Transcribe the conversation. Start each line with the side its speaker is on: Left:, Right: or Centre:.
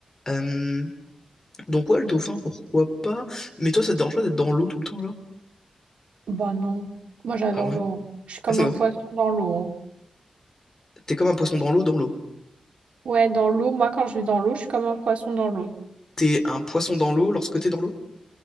Left: Euh, Donc, ouais, le dauphin, pourquoi pas. Mais toi, ça te dérange pas d'être dans l'eau tout le temps, genre?
Right: Bah non, moi j'adore
Left: Ah ouais?
Right: l'eau. hein. Je suis comme
Left: Ah, c'est
Right: un
Left: vrai?
Right: poisson dans l'eau. hein.
Left: T'es comme un poisson dans l'eau, dans l'eau.
Right: Ouais, dans l'eau, moi quand je vais dans l'eau, je suis comme un poisson dans l'eau.
Left: T'es un poisson dans l'eau lorsque t'es dans l'eau?